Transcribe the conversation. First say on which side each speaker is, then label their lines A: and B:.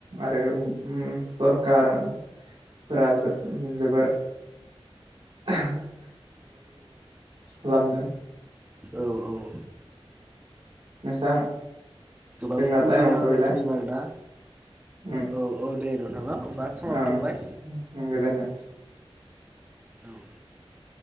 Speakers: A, on the right; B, on the right.
A: आरो उम सरकारफोरा जो जोबोर <unintelligible> लाबदों
B: औ औ
A: नोंथां
B: गोबां
A: जोंना
B: खुबिदा
A: टाइमावथ'
B: होगासिनो
A: गैला
B: दं आरोना
A: उम
B: औ औ दे न <unintelligible> समाबो
A: ओं
B: थौबाय
A: गोजोन्थों।
B: <unintelligible> औ